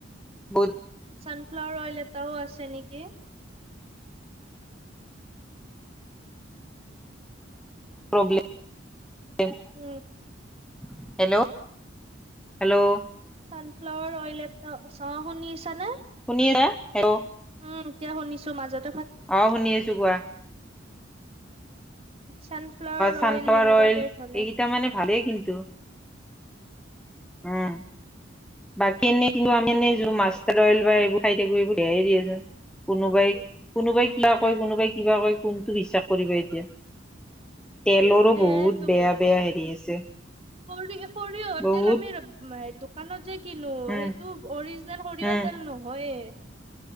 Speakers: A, in the centre; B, on the right.
A: বহুত
B: চানফ্লাৱাৰ অইল এটাও আছে নিকি?
A: প্ৰব্লেম
B: উম
A: <unintelligible> হেলৌ' হেল্ল'!
B: চানফ্লাৱাৰ অইল এটা আছে শুনিছা নে?
A: শুনিছা হেল্ল
B: উম এতিয়া শুনিছো মাজত
A: অ শুনি আছো কোৱা।
B: ছানফ্লাৱাৰ
A: চানফ্লাৱাৰ
B: অইল সেনেকুৱা টাইপ হলে
A: এইকেইটা মানে ভালেই কিন্তু। উম বাকী এনে কিন্তু আমি এনে যো মাষ্টাৰ্ অইল বা এইবোৰ খাই থাকো সেইবোৰ দেই দিয়াচোন কোনোবাই কোনোবাই কিবা কয় কোনোবাই কিবা কয় কোনটো বিশ্বাস কৰিবা এতিয়া তেলৰো
B: সেইটো
A: বহুত বেয়া বেয়া হেৰি আছে
B: সৰিয় সৰিয়হ
A: বহুত
B: তেল ৰব মাৰি দোক দোকানত যে কিনো
A: উম
B: সেইটো অৰিজিনেল সৰিয়হ
A: উম
B: তেল নহয়ে।